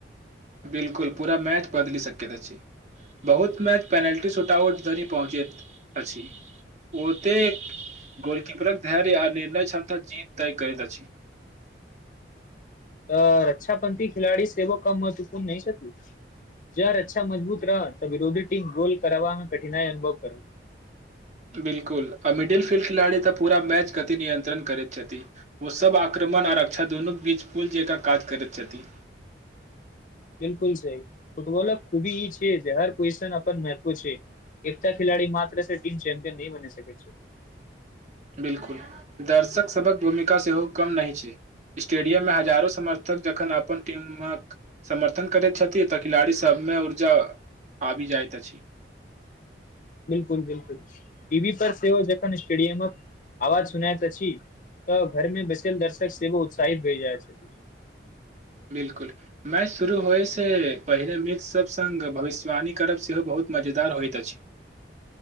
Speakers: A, on the right; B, on the left.
A: बिल्कुल पूरा मैच बदली अछि बहुत मैच पेनल्टी सुट आउट धरि पहुँचेत अछि ओते गोलकीपरक धैर्य आ निर्णय क्षमता जीत तय करैत अछि
B: अ रक्षा पथी खिलाड़ी सेहो कम महत्वपूर्ण न छथि जड़ अच्छा मजबूत रह त विरोधी टीम गोल करबामे कठिनाई अनुभव कर
A: बिल्कुल आ मिडिल फील्ड खिलाड़ी त पूरा मैच गति नियन्त्रण करैत छथि ओ सभ आक्रमण आ रक्षा दुनू बीच पुल जकाँ काज करैत छथि
B: बिल्कूल सही फुटबॉलक खूबी ई छै जे हर पॉजिशन अपन एकटा खिलाड़ी मात्र से टीम चेम्पियन नय बनि सके छै
A: बिल्कुल दर्शक सभक भूमिका सेहो कम न होय छै स्टेडियम मे हजारो समर्थक जखन अपन टीमक समर्थन करैत छथि त खिलाड़ी सभमे ऊर्जा आबि जाइत अछि
B: बिल्कूल बिल्कूल टीवी पर सेहो जकन स्टेडियम आवाज सुनायत अछि त घरमे बैसल दर्शक सेहो उत्साहित भए जाए छै
A: बिल्कूल मैच शुरू होयसँ पहिनेे मित्रसभ सभ संग भविष्यवाणी करब सेहो बहुत मजेदार होइत अछि